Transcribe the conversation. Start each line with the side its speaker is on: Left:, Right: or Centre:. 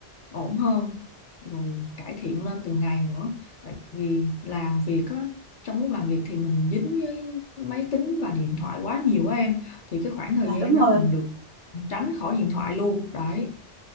Left: ổn hơn rồi cải thiện lên từng ngày nữa tại vì làm việc á trong lúc làm việc thì mình dính với máy tính và điện thoại quá nhiều á em thì cái khoảng thời
Right: Dạ.
Left: gian
Right: đúng rồi
Left: đó mình được tránh khỏi điện thoại luôn đấy